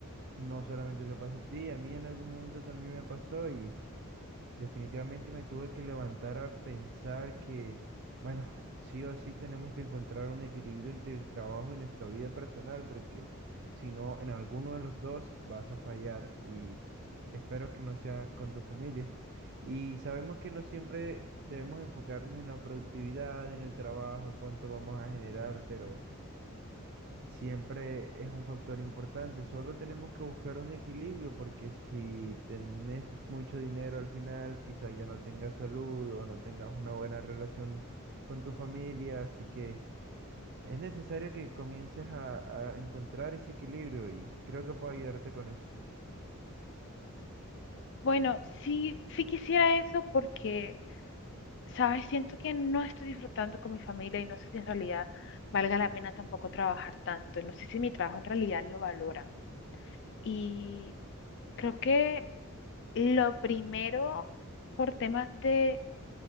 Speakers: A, on the right; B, on the left.
A: no solamente te pasa a ti, a mí en algún momento también me pasó y, Definitivamente me tuve que levantar a pensar que, bueno, sí o sí tenemos que encontrar un equilibrio entre el trabajo y nuestra vida personal, porque si no, en alguno de los dos vas a fallar y espero que no sea con tu familia. Y sabemos que no siempre debemos enfocarnos en la productividad, en el trabajo, en cuánto vamos a generar, pero siempre es un factor importante. Solo tenemos que buscar un equilibrio porque si tenés mucho dinero al final, quizás ya no tengas salud o no tengas una buena relación con tu familia. Así que es necesario que comiences a, a encontrar ese equilibrio y creo que puedo ayudarte con eso.
B: Bueno, sí, sí quisiera eso porque, ¿sabes? Siento que no estoy disfrutando con mi familia y no sé si en realidad valga la pena tampoco trabajar tanto. No sé si mi trabajo en realidad lo valoran. Y creo que lo primero, por temas de